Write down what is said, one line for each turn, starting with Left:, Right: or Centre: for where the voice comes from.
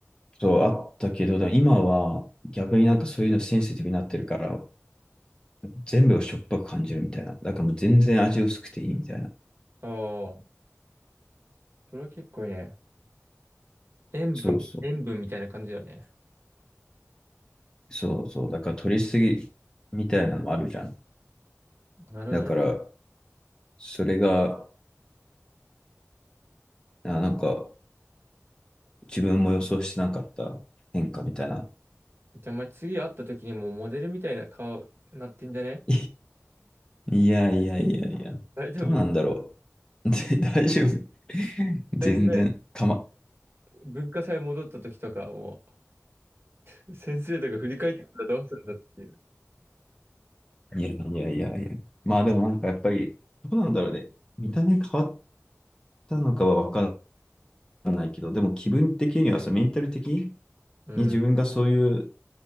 Left: と、あったけど、でも今は逆になんかそういうのセンシティブになってるから、全部をしょっぱく感じるみたいな。だからもう全然味薄くていいみたいな。
Right: おー。それは結構いいね。塩分、
Left: そうそう。
Right: 塩分みたいな感じだよね。
Left: そうそう。だから取りすぎみたいなのもあるじゃん。
Right: なるほどね。
Left: だから、それが、あ、なんか、自分も予想してなかった変化みたいな。
Right: じゃあ、お前次会った時にもうモデルみたいな顔なってんじゃね
Left: <laughs> いやいやいやいや。
Right: 大丈夫
Left: どうなんだろう。<laughs> ぜ大丈夫。全然、
Right: 全然、
Left: かま、
Right: え文化祭戻った時とか、もう、せ先生とか振り返ってたらどうするんだっていう。
Left: いやいやいやいや。まあでもなんかやっぱり、どうなんだろうね。見た目変わったのかはわかんないけど、でも気分的にはさ、メンタル的に
Right: うん。
Left: に自分がそういう、